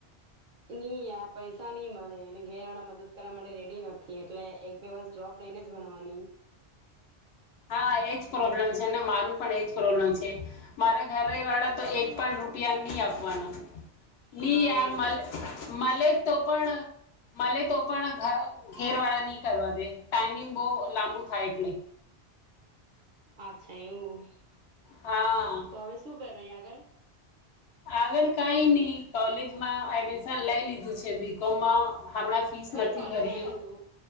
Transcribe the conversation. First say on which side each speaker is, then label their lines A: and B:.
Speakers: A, on the right; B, on the left.
A: નઈ યાર પૈસા નઈ મળે અને ઘેર વાળા મદદ કરવા માટે રેડી નથી એટલે એક બે વર્ષ ડ્રોપ લઈને જ ભણવાની
B: હા એજ પ્રોબ્લેમ છે અને મારું પણ એજ પ્રોબ્લેમ છે મારા ઘરે વાળા
A: તને
B: તો
A: જોબ
B: એક
A: નહી
B: પણ
A: મળ્યું
B: રૂપિયા નહી આપવાના નહી
A: હા
B: યાર
A: એજ એજ
B: મલે તો પણ મલે તો પણ ઘેર વાળા નહી કરવા દે ટાઈમિંગ બહુ લાંબુ થાય એટલે
A: અચ્છા એવું
B: હા
A: તો હવે શું કરવા અહીંયા આગળ
B: આગળ કાંઈ નઈ કોલેજમાં એડમિશન લઈ લીધું છે બી કોમમાં હમણાં ફીસ
A: કઈ
B: નથી
A: કોલેજમાં
B: ભર્યું
A: લીધું